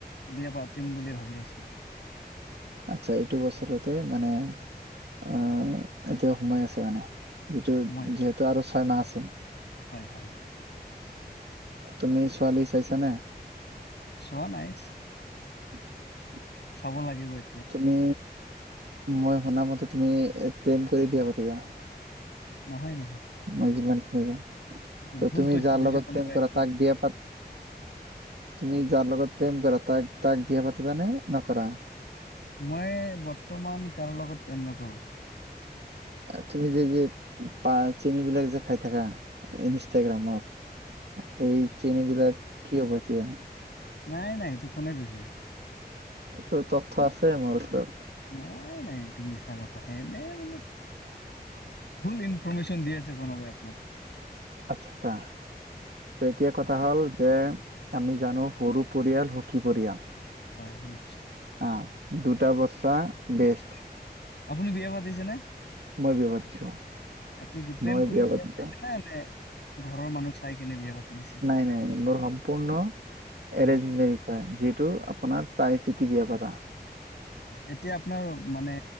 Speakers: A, on the left; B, on the right.
A: বিয়া পাতিম বুলি ভাবি আছো।
B: আচ্ছা এইটো বছৰতে মানে অ', এতিয়াও সোমাই আছে মানে যিটো যিহেতু
A: সময়
B: আৰু ছয় মাহ আছে।
A: হয়, হয়।
B: তুমি ছোৱালী চাইছানে?
A: চোৱা নাইছ।
B: <inaudible>
A: চাব লাগিব এ
B: তুমি মই শুনা মতে তুমি প্ৰেম কৰি বিয়া পাতিবা।
A: নহয়, নহয়।
B: মই জীৱন <unintelligible>
A: এইটো
B: ত'
A: ভুল
B: তুমি
A: তথ্য
B: যাৰ
A: দিছে
B: লগত
A: কোনোবাই
B: প্ৰম কৰা
A: আপোনাক
B: তাক বিয়া পাত তুমি যাৰ লগত প্ৰেম কৰা তাক তাক বিয়া পাতিব নে নকৰা?
A: মই বৰ্তমান কাৰো লগত প্ৰেম নকৰোঁ।
B: তুমি যে যে পা চেনিবিলাক যে খাই থাকা। ইনষ্টাগ্ৰামত সেই চেনিবিলাক কি হ'ব তেতিয়া?
A: নাই, নাই, এইটো কোনে কৈছে?
B: এইটো তথ্য আছে মোৰ ওচৰত।
A: নাই, নাই, এইটো মিছা কথা এনে মানে ভুল ইনফ'ৰ্মেশ্বন দি আছে কোনোবাই আপোনাক।
B: আচ্ছা। তে এতিয়া কথা হ'ল যে আমি জানো সৰু পৰিয়াল, সুখী পৰিয়াল
A: হয়, নি
B: অ', দুটা বচ্চা বেষ্ট।
A: আপুনি বিয়া পাতিছেনে?
B: মই বিয়া পাতিছো
A: আপুনি কি প্ৰেম
B: মই
A: কৰিছে
B: বিয়া পাতিছো
A: নাই নাই ঘৰৰ মানুহ চাই কেনে বিয়া পাতি দিছে
B: নাই নাই ন মোৰ সম্পূৰ্ণ
A: উম
B: এঞ্জ হয়। টো আপোনাৰ চাই চিতি বিয়া পাতা।
A: এতিয়া আপোনাৰ মানে।